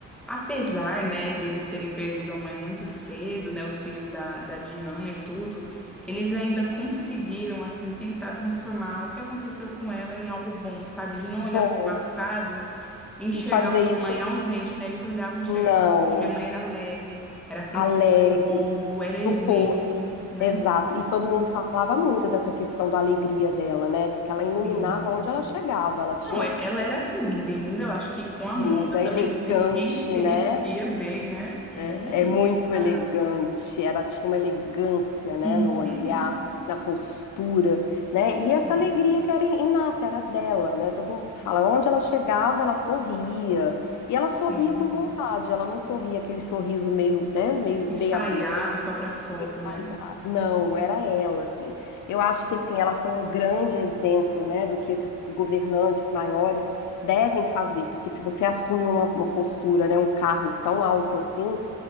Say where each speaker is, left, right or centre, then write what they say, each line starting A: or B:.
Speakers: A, in the centre; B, on the left (about 80°).
A: apesar, né, deles terem perdido a mãe muito cedo, né, os filhos da, da Diana e tudo, eles ainda conseguiram, assim, tentar transformar o que aconteceu com ela em algo bom, sabe? De não
B: Bom,
A: olhar para o passado. Enxergar
B: e fazer
A: uma
B: isso,
A: mãe ausente, né? Eles olhavam e enxergavam.
B: não,
A: assim, Minha mãe era alegre, era a princesa
B: alegre,
A: do povo, era exemplo,
B: do povo,
A: né?
B: exato. E todo mundo falava muito dessa questão da alegria dela, né? Diz que ela iluminava
A: Sim.
B: onde ela chegava, ela tinha
A: Não, é- ela era assim, linda, eu acho que com a
B: linda,
A: moda também,
B: elegante,
A: porque quem se
B: né?
A: vestia bem, né? Era
B: É, é muito
A: ela.
B: elegante, ela tinha uma elegância, né,
A: Uhum.
B: no olhar, na postura, né, e essa
A: Sim,
B: alegria que era inata, era dela, né, todo mundo fala, onde ela chegava, ela sorria, e ela sorria
A: sim.
B: com vontade, ela não sorria aquele sorriso meio, né, meio
A: Ensaiado
B: meia boca,
A: só pra foto, né?
B: caiado, não, era ela, assim, eu acho que, assim, ela foi um grande exemplo, né, do que esses governantes maiores devem fazer, porque se você assume uma, uma postura, né, um cargo tão alto assim,